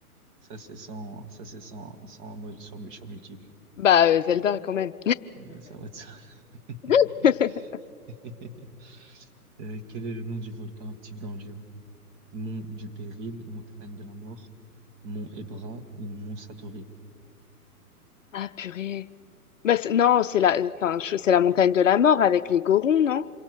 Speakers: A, on the right; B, on the left.
A: Ça, c'est sans, ça, c'est sans, sans, sans, sans multiple.
B: bah euh, Zelda quand même.
A: Euh, ça va être ça. <laughs>
B: <laughs>
A: <laughs> Euh, quel est le nom du volcan actif dans le jeu? Mont du Péril, montagne de la mort, mont Ebra ou mont Satori?
B: Ah, purée. Bah, c'est- non, c'est la, enfin, je- c'est la montagne de la mort avec les Gorons, non?